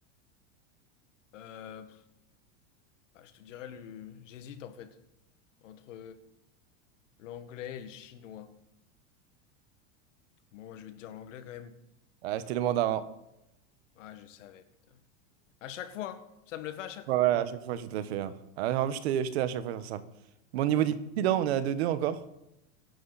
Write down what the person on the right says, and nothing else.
Ah, c'était le mandarin.
Ouais,
ouais, à chaque fois, je te la fais. hein. Ah, en plus, j'étais j'étais à chaque fois sur ça. Bon, niveau
difficile, hein, on est à deux deux encore.